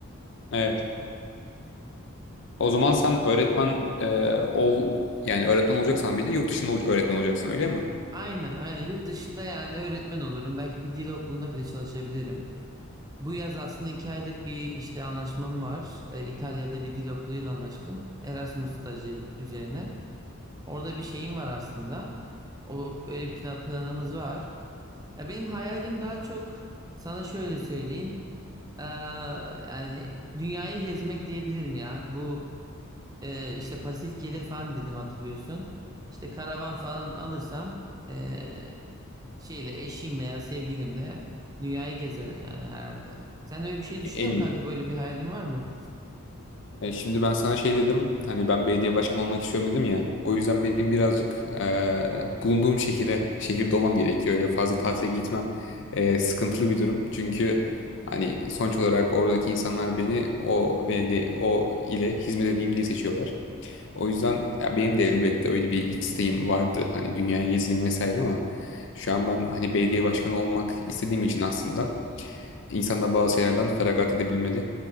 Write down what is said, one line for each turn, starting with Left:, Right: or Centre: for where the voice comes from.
Left: Evet. O zaman sen öğretmen e, ol yani öğretmen olacaksan bile yurt dışında ol- öğretmen olacaksın öyle mi?
Right: Aynen aynen yurt dışında yani öğretmen olurum. Belki bir dil okulunda bile çalışabilirim. Bu yaz aslında iki aylık bir işte anlaşmam var. Ee, İtalya'da bir dil okuluyla anlaştım. Erasmus stajı üzerine. Orada bir şeyim var aslında. O öyle plan- planımız var. Ya benim hayalim daha çok sana şöyle söyleyeyim. Eee, yani dünyayı gezmek diyebilirim ya. Bu eee, işte pasif gelir falan dedim hatırlıyorsun. İşte karavan falan alırsam eee, şeyle eşimle ya sevgilimle dünyayı gezerim yani herhalde. Sen öyle bir şey düşünüyor
Left: En
Right: musun
Left: iyi.
Right: kanka? Böyle bir hayalin var mı?
Left: E, Şimdi ben sana şey dedim hani ben belediye başkanı olmak istiyorum dedim ya o yüzden benim birazcık e, bulunduğum şehire şehirde olmam gerekiyor öyle fazla tatile gitmem e, sıkıntılı bir durum çünkü hani sonuç olarak oradaki insanlar beni o belediye o ile hizmet edeyim diye seçiyorlar. O yüzden ya benim de elbette öyle bir isteğim vardı. Hani dünyaya gezeyim vesaire ama şu an ben hani belediye başkanı olmak istediğim için aslında insan da bazı şeylerden feragat edebilmeli.